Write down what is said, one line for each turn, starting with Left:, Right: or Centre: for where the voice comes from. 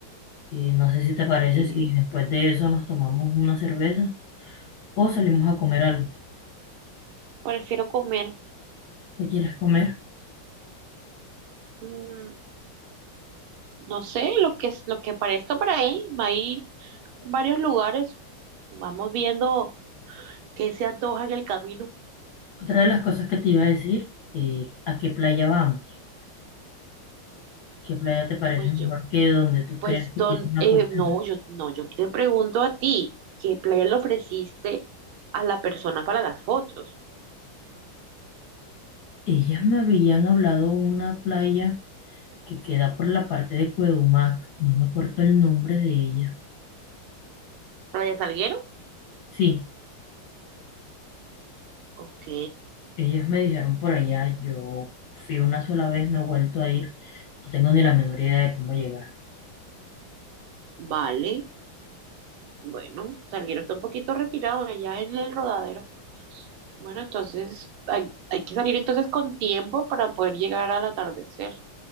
Left: Y no sé si te parece
Right: sí,
Left: si después de eso nos tomamos una cerveza o salimos a comer algo.
Right: prefiero comer.
Left: ¿Qué quieres comer?
Right: Mm, No sé, lo que, es- lo que aparezca por ahí, hay varios lugares, vamos viendo qué se antoja en el camino.
Left: Otra de las cosas que te iba a decir, eh, ¿a qué playa vamos? ¿Qué playa te parece
Right: Pues
Left: mejor
Right: yo,
Left: que donde tú
Right: pues
Left: creas que
Right: don,
Left: tienes una
Right: eh,
Left: puesta
Right: no,
Left: en sol?
Right: yo no, yo te pregunto a ti, ¿qué playa le ofreciste a la persona para las fotos?
Left: Ellas me habían hablado una playa que queda por la parte de Cuedumac. No me acuerdo el nombre de ella.
Right: ¿Playa Salguero?
Left: Sí,
Right: Ok,
Left: ellas me dijeron por allá. Yo fui una sola vez, no he vuelto a ir. No tengo ni la menor idea de cómo llegar.
Right: vale, bueno, Salguero está un poquito retirado de allá en el rodadero. Bueno, entonces hay, hay que salir entonces con tiempo para poder llegar al atardecer.